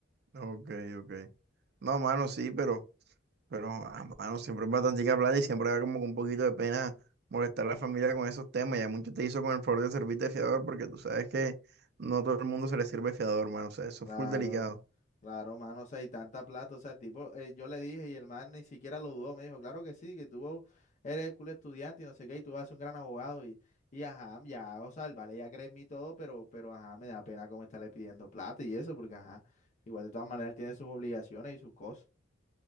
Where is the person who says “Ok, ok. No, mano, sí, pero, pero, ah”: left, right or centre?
Right